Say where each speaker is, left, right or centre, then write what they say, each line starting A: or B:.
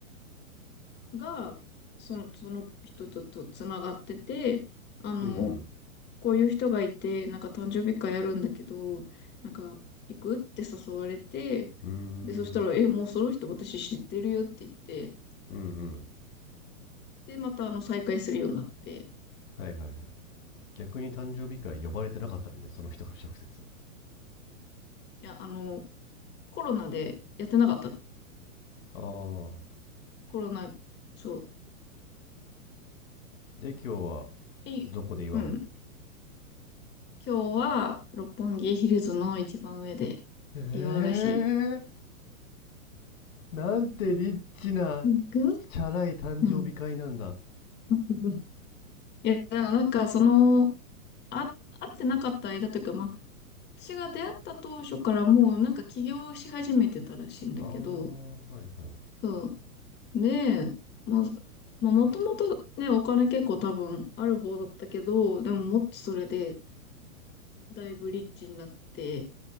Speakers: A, on the left; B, on the left.
A: が、その、その人ととつながってて、あの、
B: うん
A: こういう人がいて、なんか誕生日会やるんだけど、なんか、行くって誘われて、
B: うん。
A: で、そしたら、
B: うーん。
A: え、もうその人私知ってるよって言って、
B: うんうん。
A: で、またあの、再会するようになって、
B: はいはいはい。逆に誕生日会呼ばれてなかったのね、その人から直接。
A: いや、あの、コロナでやってなかったの。
B: ああ。
A: コロナ、そう。
B: で、今日は、
A: いい。
B: どこで祝うの
A: うん。今日は六本木ヒルズの一番上で
B: ええ
A: 祝うらし
B: ーなんてリッチな、
A: い。行く
B: チャラい誕生日会なんだ。
A: うん。<laughs> いや、なんかその、あ、会ってなかった間というか、まあ、私が出会った当初からもうなんか起業し始めてたらしいんだけど、
B: ああ、はいはい。
A: そう。で、まあ、まあ、もともとね、お金結構多分ある方だったけど、でももっとそれでだいぶリッチになって、